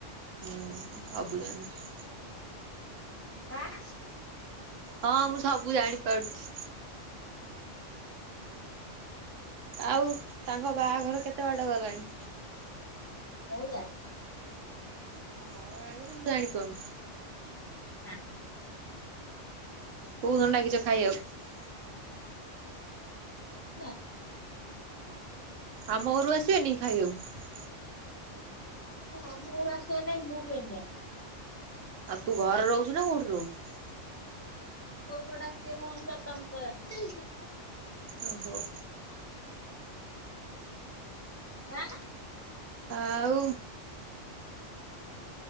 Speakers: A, on the right; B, on the left.
A: ହୁଁ ସବୁ ଜାଣିଛି।
B: ଆଁ।
A: ହଁ ମୁଁ ସବୁ ଜାଣିପାରୁଛି। ଆଉ ତାଙ୍କ ବାହାଘର କେତେ ବାଟ ଗଲାଣି।
B: ହଉ ଯା।
A: କଣ ଘର ଆଗରେ ତୁ ଜାଣିପାରୁନୁ।
B: ନା।
A: କୋଉ ଦିନ ଡାକିଚ ଖାଇବାକୁ।
B: ହେଲା।
A: ଆମ ଘରୁ ଆସିବେନି କି ଖାଇବାକୁ।
B: ଆମର ଆସ ନାଇ ମୁଁ କେ ନ <inaudible>
A: ଆଉ ତୁ ଘରେ ରହୁଛୁ ନା କୋଉଠି ରହୁଛୁ।
B: କଉଡା କେ ହ କାମ କ <inaudible>
A: ଓହୋ।
B: ଆଁ।
A: ଆଉ